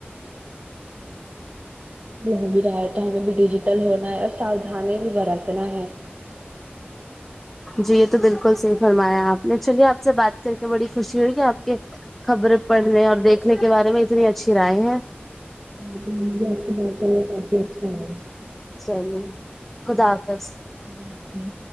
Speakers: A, on the right (about 35°); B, in the centre.
A: بھی رہتا ہے تو ہمیں بھی ڈیجیٹل ہونا ہے اور ساودھانی بھی برتنا ہے
B: جی یہ تو بالکل صحیح فرمایا آپ نے چلیے آپ سے بات کر کے بڑی خوشی ہوگی آپ کے خبریں پڑھنے اور دیکھنے کے بارے میں اتنی اچھی رائیں ہیں
A: ہاں مجھےبھی آپ سے بات کرکے کافی اچھا لگا
B: صحیح خدا حافظ
A: خدا حافظ